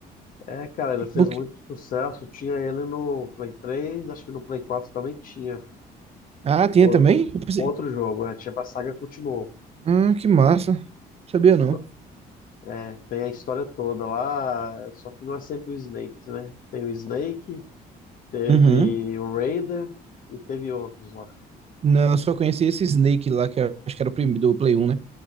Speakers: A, on the left; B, on the right.
A: É, cara, ele fez
B: Porque...
A: muito sucesso. Tinha ele no Play três acho que no Play 4 também tinha.
B: Ah, tinha
A: O-
B: também? Eu pensei,
A: outro jogo, né? Tinha pra saga continuou.
B: hum, que massa. Sabia
A: Só-
B: não.
A: é, tem a história toda lá, só que não é sempre o Snake, né? Tem o Snake, teve
B: Uhum.
A: o Raiden e teve outros lá.
B: Não, eu só conheci esse Snake lá, que eu acho que era o primeiro do Play 1, né?